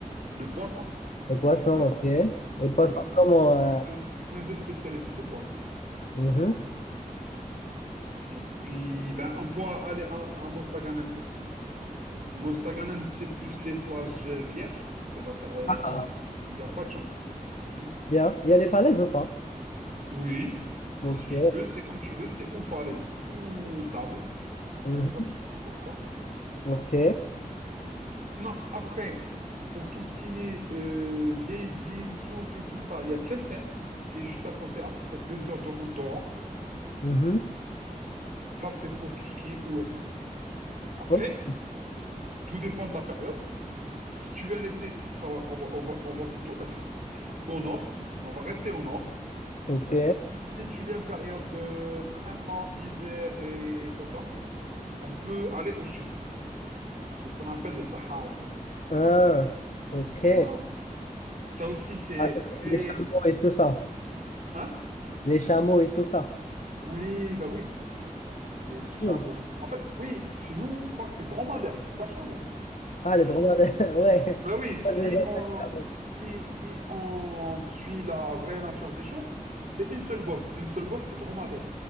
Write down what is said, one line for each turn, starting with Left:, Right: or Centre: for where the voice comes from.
Right: De poissons.
Left: Les poissons,
Right: Du poisson.
Left: ok. Les poissons,
Right: Oui, oui.
Left: comment? euh,
Right: Il y a plein, de- plein de spécialités de poissons.
Left: Mhm.
Right: Et puis, ben, on pourra aller à, à Mostaganem aussi. Mostaganem, c'est plus les plages euh, vierges. C'est-à-dire, euh,
Left: Ah,
Right: il n'y a pas de gens. C'est vide.
Left: bien. Il y a les falaises ou pas?
Right: Oui, si
Left: Ok.
Right: tu veux, c'est comme tu veux. C'est ou falaise ou sable.
Left: Mhm.
Right: Il n'y a pas de souci pour ça.
Left: Ok.
Right: Sinon, après, pour tout ce qui est euh, vieille ville, souk et tout ça, il y a Tlemcen, qui est juste à côté, à peu près deux heures de route d'Oran.
Left: Mhm.
Right: Ça, c'est pour tout ce qui est ouest. Après,
Left: Oh,
Right: tout dépend de la période. Si tu viens un été, ça, ça va- on va, on va- on va plutôt être au nord. On va rester au nord.
Left: Ok.
Right: Et puis, si tu viens une période de printemps, hiver et automne, on peut aller au sud, ce qu'on appelle le Sahara, c'est nous.
Left: Ah, ok.
Right: Voilà. Ça aussi, c'est
Left: Avec
Right: très...
Left: les chameaux et tout ça.
Right: Hein?
Left: Les chameaux et tout ça.
Right: Oui, ben oui, oui, les chameaux.
Left: Cool.
Right: En fait, oui, chez nous, je crois que c'est dromadaire, c'est pas chameau.
Left: Ah,
Right: Si,
Left: les dromadaires. <laughs> Ouais.
Right: ben oui, si
Left: Ouais, je les appelle
Right: on,
Left: chameaux.
Right: si, si on suit la vraie nature des choses, c'est une seule bosse. Une seule bosse, c'est dromadaire.